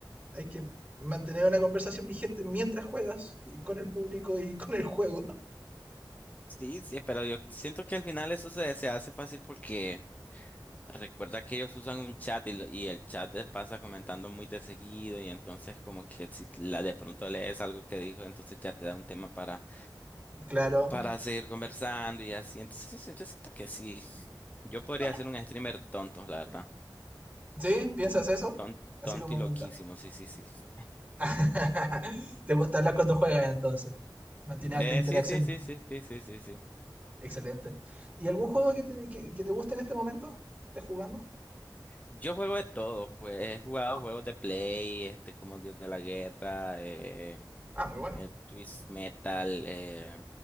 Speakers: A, on the right; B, on the left.
A: Hay que mantener una conversación vigente mientras juegas, y con el público y con el juego. <laughs>
B: Sí, sí, pero yo siento que al final eso se, se hace fácil porque Recuerda que ellos usan un chat y, lo- y el chat les pasa comentando muy de seguido y entonces como que si la de pronto lees algo que dijo, entonces ya te da un tema para,
A: Claro.
B: para seguir conversando y así. Entonces yo, yo siento que sí, yo podría
A: No,
B: ser un streamer tonto, la verdad.
A: ¿Sí? ¿Piensas
B: Mm,
A: eso?
B: ton-
A: Así
B: tonto
A: como
B: y loquísimo, sí, sí, sí. sí.
A: <laughs> Te gusta hablar cuando juegas entonces. Mantener
B: Eh,
A: alta interacción.
B: sí, sí, sí, sí, sí, sí, sí, sí.
A: Excelente. ¿Y algún juego que te, que, que te guste en este momento? ¿Estás jugando?
B: Yo juego de todo, pues, he jugado juegos de Play, este como Dios de la Guerra, eh,
A: Ah, muy bueno.
B: el Twist Metal, eh,